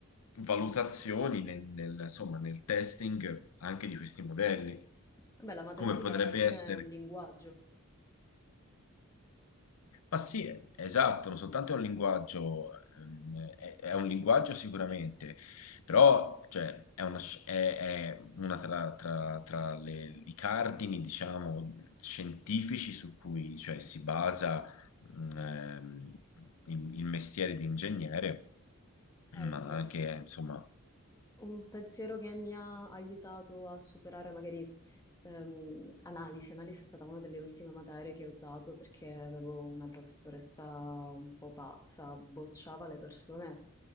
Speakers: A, on the left (about 75°); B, on the left (about 15°).
A: valutazioni nel, nel- insomma, nel testing anche di questi modelli,
B: Vabbè, la matematica
A: come potrebbe
B: alla fine
A: essere.
B: è un linguaggio.
A: Ma sì, è- esatto, non soltanto è un linguaggio, ehm, è, è un linguaggio sicuramente, però cioè, è una, sci- è- è una tra, tra- tra le- i cardini, diciamo, scientifici su cui cioè, si basa mh, ehm, il, il mestiere di ingegnere,
B: Eh
A: ma
B: sì.
A: anche, eh, insomma,
B: Un pensiero che mi ha aiutato a superare magari ehm, analisi. Analisi è stata una delle ultime materie che ho dato perché avevo una professoressa un po' pazza, bocciava le persone